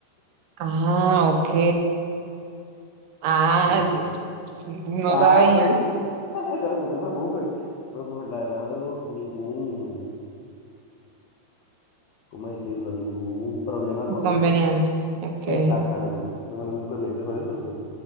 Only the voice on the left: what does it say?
Sí.
Ah,
oye, <laughs> no, no te preocupes. No te preocupes. La verdad no tengo ningún, ¿cómo decirlo? Ningún problema
con eso.
Exactamente. No tengo ningún inconveniente con eso. No